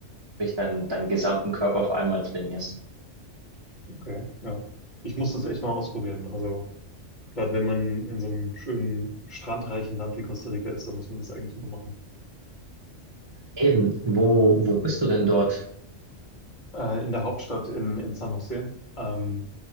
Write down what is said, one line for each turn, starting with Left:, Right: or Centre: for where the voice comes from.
Right: wirklich deinen, deinen gesamten Körper auf einmal trainierst.
Left: Okay, ja. Ich muss das echt mal ausprobieren. Also, gerade wenn man in so einem schönen, strandreichen Land wie Costa Rica ist, da muss man das eigentlich nur machen.
Right: Eben, wo, wo bist du denn dort?
Left: Äh, in der Hauptstadt in, in San Jose. Ähm,